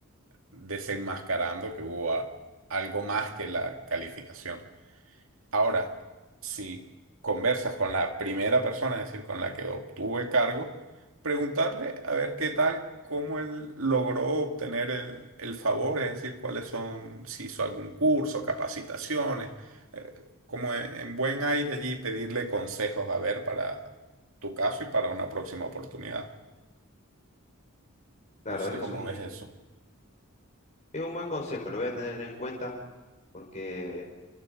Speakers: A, on the right (about 70°); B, on the left (about 35°).
A: desenmascarando que hubo a- algo más que la calificación. Ahora, si conversas con la primera persona, es decir, con la que obtuvo el cargo, preguntarle a ver qué tal, cómo él logró obtener el, el favor, es decir, cuáles son, si hizo algún curso, capacitaciones, eh, como en, en buen aire allí, pedirle consejos a ver para tu caso y para una próxima oportunidad.
B: Claro,
A: No sé
B: ese
A: cómo
B: es un
A: ves eso.
B: Es un buen consejo, lo voy a tener en cuenta porque